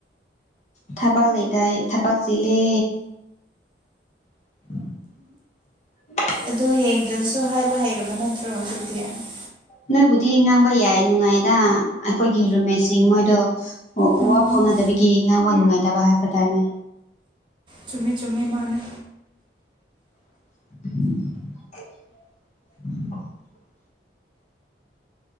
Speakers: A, on the left (about 40°); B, on the right (about 25°).
A: ꯊꯕꯛ ꯂꯩꯇꯥ ꯊꯕꯛ ꯆꯤꯜꯂꯦ ꯑꯥ
B: ꯑꯗ ꯌꯦꯡꯗ꯭ꯔꯁꯨ ꯍꯥꯏꯕ ꯍꯩꯔꯕ ꯅꯠꯇ꯭ꯔꯣ ꯑꯗꯨꯖꯤꯛꯇꯗꯤ
A: ꯅꯪꯕꯨꯗꯤ ꯉꯥꯡꯕ ꯌꯥꯏ ꯅꯨꯡꯉꯥꯏꯗ ꯑꯩꯈꯣꯏꯒꯤ ꯔꯨꯝꯃꯦꯠꯁꯤꯡ ꯃꯣꯏꯗꯣ ꯑꯣ
B: ꯎꯝ
A: ꯋꯥ ꯐꯥꯎꯅꯗꯕꯒꯤ ꯉꯥꯡꯕ ꯅꯨꯡꯉꯥꯏꯇꯦ ꯇꯕ ꯍꯥꯏꯦ ꯐꯇꯥꯔꯦ
B: ꯆꯨꯝꯃꯦ ꯆꯨꯝꯃꯦꯃꯦꯃꯅ
A: ꯎꯝ